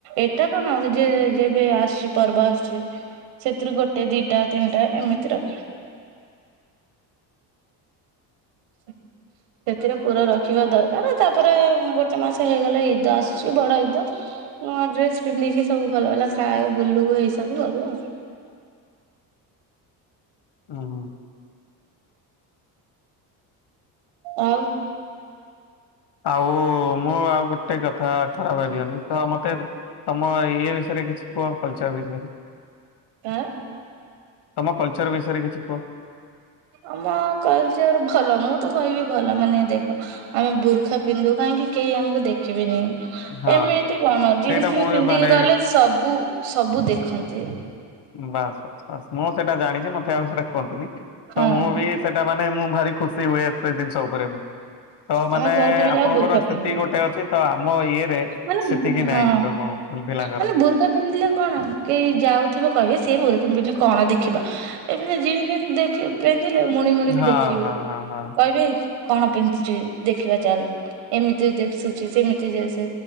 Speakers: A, on the right; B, on the left.
A: ଏଟା କଣ ଯେ ଯେବେ ଆସିଛି ପର୍ବ ଆସିଛି ସେଥିରୁ ଗୋଟେ ଦିଟା ତିନିଟା ଏମିତି ରଖେ। ସେ ସେଥିରେ ପୁରା ରଖିବା ଦରକାର। ତାପରେ ଗୋଟେ ମାସ ହେଇଗଲେ ଇଦ ଆସୁଛି ବଡ ଇଦ ନୂଆ ଡ୍ରେସ ପିନ୍ଧିକି ସବୁ ଭଲ ଭଲ ଖା ବୁଲୁ ଏଇ ସବୁ କରୁ ଆଉ।
B: ଓହୋ।
A: ଆଉ।
B: ଆଉ ମୁଁ ଆଉ ଗୋ ଗୋଟେ କଥା ଖରାପ ଭାବିବନି। ତ ମତେ ତମ ଇଏ ବିଷୟରେ କିଛି କୁହ କଲଚର ବିଷୟରେ।
A: ଆଁ।
B: ତମ କଲଚର ବିଷୟରେ କିଛି କୁହ।
A: ଆମ କଲଚର ଭଲ ମୁଁ ତ କହିବି ଭଲ ମାନେ ଦେଖ ଆମେ ବୁର୍ଖା ପିନ୍ଧୁ କାହିଁକି କେହି ଆମକୁ ଦେଖ ଖିବେନି।
B: ହଁ
A: ଏମିତି କଣ ଜିନ୍ସ
B: ସେଇଟା
A: ଫିନ୍
B: ମୁଁ ବି
A: ପିନ୍ଧିକି
B: ମାନେ
A: ଗଲେ ସବୁ ସବୁ ଦେଖନ୍ତି।
B: ବାସ୍ ବାସ୍ ବାସ୍ ମୁଁ ସେଇଟା ଜାଣିଛି ମତେ ଆଉ ସେଟା କୁହନ୍ତିୁନି।
A: ହଁ
B: ତ ମୁଁ ବି ସେଇଟା ମାନେ ମୁଁ ଭାରି ଖୁସି ହୁଏ। ସେଇ ଜିନିଷ ଉପରେ ମୁଁ ତ
A: ଆମେ
B: ମାନେ
A: କୋଉଠି ବି ଯାଉ
B: ଆପଣଙ୍କର
A: ବୁର୍ଖା ପିନ୍ଧିନୁ
B: ସେତିକି ଗୋଟେ ଅଛି ତ ଆମ ଇଏ
A: ମାନେ
B: ସେତିକି
A: ହଁ
B: ନାହିଁ ଲୋକଙ୍କୁ ଭୁଲ ପିଲାଙ୍କର।
A: ମାନେ ବୁର୍ଖା ପିନ୍ଧିଲେ କଣ କେହି ଯାଉଥିବ କହିବେ ସେ <unintelligible> କଣ ଦେଖିବ ଏମିତି ଜିମ୍ ଫିମ୍ ଦେଖି କିଏ ପିନ୍ଧିଲେ ମୁଣି ମୁଣିିକି
B: ହଁ
A: ଦେଖିବେ
B: ହଁ ହଁ ହଁ।
A: କହିବେ କଣ ପିନ୍ଧିଛି ଦେଖିବା ଚାଲ ଏମିତି ଦିଶୁଚି ସେମିତି ଦିଶୁ